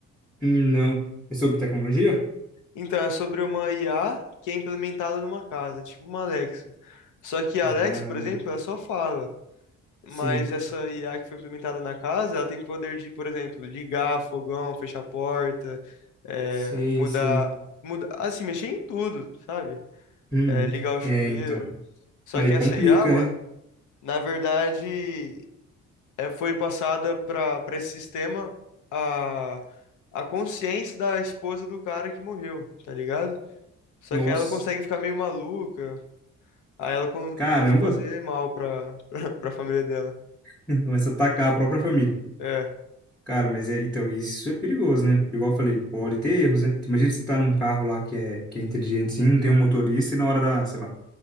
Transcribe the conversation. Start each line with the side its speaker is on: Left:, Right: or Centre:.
Centre: Hum, não. É sobre tecnologia?
Left: Então, é sobre uma IA que é implementada numa casa, tipo uma Alexa. Só que a
Centre: Ah,
Left: Alexa, por exemplo, ela só fala. Mas
Centre: sim.
Left: essa IA que foi implementada na casa, ela tem poder de, por exemplo, ligar fogão, fechar a porta, é,
Centre: Sei,
Left: mudar,
Centre: sei.
Left: mudar, assim, mexer em tudo, sabe?
Centre: Uhum.
Left: É, ligar o chuveiro.
Centre: É, então.
Left: Só
Centre: Aí
Left: que essa
Centre: complica,
Left: IA, mano,
Centre: né?
Left: na verdade, é, foi passada para para esse sistema a, a consciência da esposa do cara que morreu, tá ligado? Só
Centre: Nossa.
Left: que ela consegue ficar meio maluca, aí ela com-
Centre: Caramba.
Left: começa a fazer mal pra, <laughs> pra, pra família dela.
Centre: <laughs> Começa a atacar a própria família.
Left: É,
Centre: Cara, mas é, então, isso é perigoso, né? Igual eu falei, pode ter erros, né? Imagina você tá num carro lá que é, que é inteligente, sim, não tem um motorista e na hora da, sei lá,